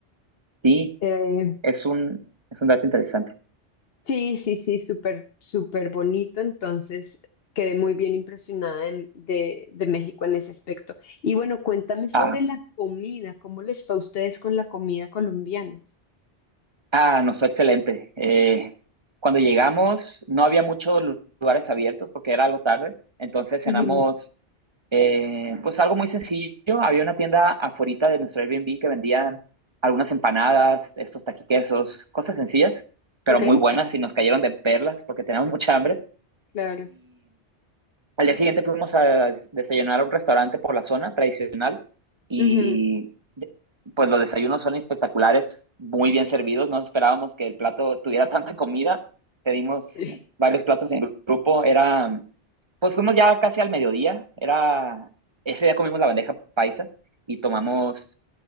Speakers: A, on the right; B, on the left.
A: Sí,
B: Eh,
A: es un, es un dato interesante.
B: Sí, sí, sí, súper, súper bonito. Entonces, quedé muy bien impresionada en- de, de México en ese aspecto. Y bueno, cuéntame sobre
A: Ah,
B: la comida. ¿Cómo les fue a ustedes con la comida colombiana?
A: Ah, nos fue excelente. Eh, cuando llegamos no había muchos lu- lugares abiertos porque era algo tarde, entonces
B: Ujú.
A: cenamos eh, pues algo muy sencillo. Había una tienda afuera de nuestro Airbnb que vendían algunas empanadas, estos taquiquesos, cosas sencillas, pero
B: Ok,
A: muy buenas y nos cayeron de perlas porque teníamos mucha hambre.
B: claro.
A: Al día siguiente fuimos a desayunar a un restaurante por la zona tradicional y
B: Ujú.
A: de- pues los desayunos son espectaculares, muy bien servidos. No esperábamos que el plato tuviera tanta comida. Pedimos
B: Sí.
A: varios platos en grupo. Era, pues fuimos ya casi al mediodía. Era, ese día comimos la bandeja paisa y tomamos